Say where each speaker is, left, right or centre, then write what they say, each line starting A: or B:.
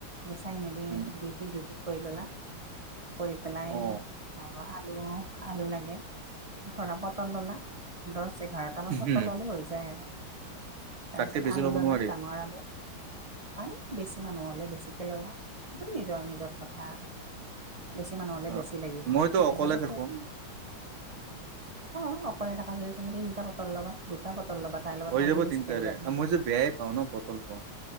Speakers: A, on the right (about 45°); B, on the right (about 85°).
A: গুচাই মেলি
B: উম
A: দুই পিচ দুই পিচ কৰি ল'লা কৰি পেলাই
B: অ
A: আৰু আলু আলু লাগে ধৰা পটল ল'লা দহ এঘাৰটামান পটল
B: উম,
A: ললে হৈ যায় আৰু তাৰপিছত
B: তাতকে বেছি
A: আলু
B: ল'ব
A: ল'লা
B: নোৱাৰি
A: ডাঙৰ আলু পাৰি বেছি মানুহ হ'লে বেছিকে ল'লা সেইটো নিজৰ নিজৰ কথা আৰু বেছি মানুহ হ'লে
B: অ
A: বেছি লাগিব
B: মইতো
A: সেই
B: অকলে
A: হিচাপত
B: থাকো
A: লবা অ অকলে থকা কিলে তুমি তিনিটা পটল ল'বা দুটা পটল ল'বা তাৰ লগত
B: হৈ
A: আলু
B: যাব
A: বেছিকে
B: তিনিটাৰে
A: দিবা
B: আৰু মই যে বেয়াই পাওঁ ন পটলটো